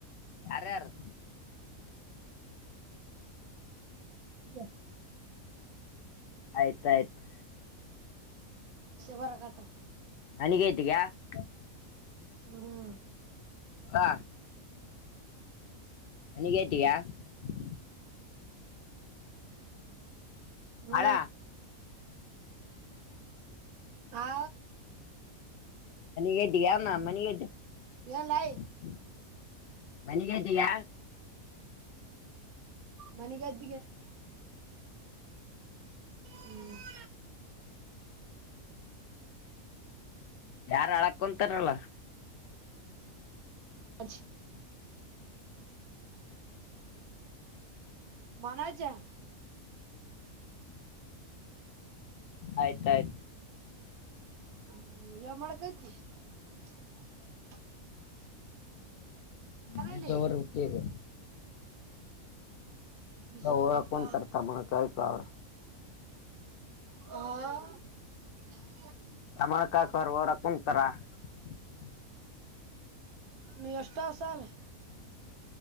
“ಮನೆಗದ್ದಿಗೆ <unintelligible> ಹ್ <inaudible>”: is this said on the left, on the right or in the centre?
Right